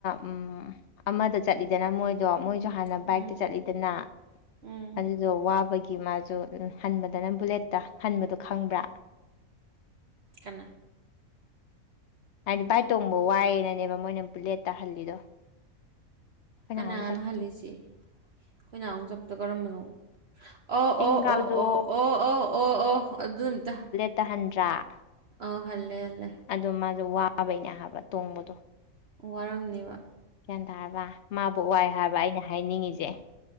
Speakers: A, on the left; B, on the right.
A: ꯎꯝ ꯑꯃꯗ ꯆꯠꯂꯤ ꯗꯅꯥ ꯃꯣꯏꯗꯣ ꯃꯣꯏꯁꯨ ꯍꯥꯟꯅ
B: ꯎꯝ
A: ꯕꯥꯏꯛꯇ ꯆꯠꯂꯤꯗꯅ
B: ꯎꯝ
A: ꯑꯗꯨ ꯑꯗꯨ ꯋꯥꯕꯒꯤ ꯃꯥꯁꯨ ꯍꯟꯕꯗꯅ ꯕꯨꯂꯦꯠꯇ ꯍꯟꯕꯗꯣ ꯈꯪꯕ꯭ꯔꯥ
B: ꯀꯥꯅ
A: ꯍꯥꯏꯗꯤ ꯕꯥꯏꯛ ꯇꯣꯡꯕ ꯋꯥꯏꯌꯦꯅꯅꯦꯕ ꯃꯣꯏꯅ ꯕꯨꯂꯦꯠꯇꯥ ꯍꯜꯂꯤꯗꯣ ꯑꯩꯈꯣꯏ
B: ꯀꯅꯥꯅꯣ
A: ꯅꯍꯥꯟꯃꯨꯛ ꯆꯠꯂꯨꯕꯗꯣ
B: ꯍꯜꯂꯤꯁꯦ ꯑꯩꯈꯣꯏ ꯅꯍꯥꯃꯨꯛ ꯆꯠꯄꯗꯣ ꯀꯔꯝꯕꯅꯣ ꯑꯣ
A: ꯆꯤꯡ
B: ꯑꯣ
A: ꯀꯥꯕꯗꯣ
B: ꯑꯣ ꯑꯣ ꯑꯣ ꯑꯣ ꯑꯣ ꯑꯣ ꯑꯗꯨꯅꯤꯇꯥ
A: ꯇꯍꯟꯗ꯭ꯔꯥ
B: ꯑꯥ ꯍꯜꯂꯦ ꯍꯜꯂꯦ
A: ꯑꯗꯣ ꯃꯥꯖꯨ ꯋꯥꯕꯩꯅꯦ ꯍꯥꯏꯕ ꯇꯣꯡꯕꯗꯣ
B: ꯋꯥꯔꯝꯅꯦꯕ
A: ꯒ꯭ꯌꯥꯟ ꯇꯥꯔꯕ ꯃꯥꯕꯧ ꯋꯥꯏ ꯍꯥꯏꯕ ꯑꯩꯅ ꯍꯥꯏꯅꯤꯡꯉꯤꯖ‌ꯦ